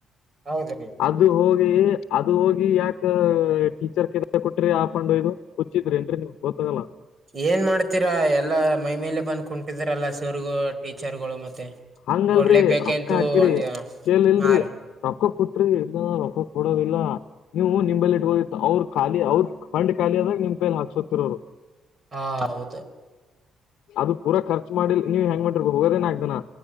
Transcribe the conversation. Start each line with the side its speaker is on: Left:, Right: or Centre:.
Right: <inaudible> ಹೌದ ರೀ
Left: ಅದು ಹೋಗಿ ಅದು ಹೋಗಿ ಯಾಕ ಟೀಚರ್ <unintelligible> ಕೊಟ್ರಿ ಆ ಪಂಡ ಹೋದ. ಹುಚ್ಚಿದ್ರಿನ್ ರಿ ನೀವು ಗೊತ್ತಾಗಲ್ಲ.
Right: ಏನ್ ಮಾಡ್ತೀರಾ ಎಲ್ಲ ಮೈಮೇಲೆ ಬಂದ್ ಕುಂಟಿದ್ರಲ್ಲ ಸೋರ್ಗ ಟೀಚರರ್ಗಳು ಮತ್ತೆ.
Left: ಹಂಗಲ್ರರಿ
Right: ಕೊಡ್ಲೇಬೇಕಂತೂ
Left: ರೊಕ್ಕ ಹಾಕಿರಿ
Right: ಒಂದ
Left: <inaudible> ಕೇಲ್ ಇಲ್ರಿ.
Right: ಹಾ ರೀ
Left: ರೊಕ್ಕ ಕೊಟ್ರಿ ಇಲ್ಲ ರೊಕ್ಕ ಕೊಡೋವಿಲ್ಲ. ನೀವು ನಿಂಬಲ್ಲಿ ಇಟ್ಟಗೊದಿತ್ತ ಅವ್ರ ಖಾಲಿ ಅವ್ರ ಪಂಡ್ ಖಾಲಿ ಆದಾಗ ನಿಮ್ ಪೈಲ್ ಹಾಕ್ಸೋತಿರೋರು.
Right: ಹಾ ಹೌದ.
Left: ಅದು ಪೂರಾ ಖರ್ಚು ಮಾಡಿಲ್ಲ ನೀವ್ ಹೆಂಗ ಮಾಡರಿ ಹೋಗೊದೆ ನಾಕ ದಿನಾ